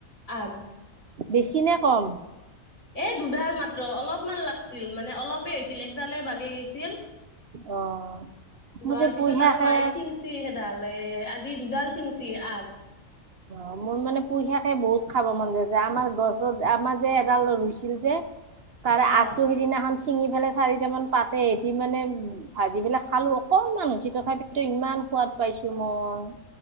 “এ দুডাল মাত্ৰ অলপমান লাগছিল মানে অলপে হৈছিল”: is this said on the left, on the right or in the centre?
Left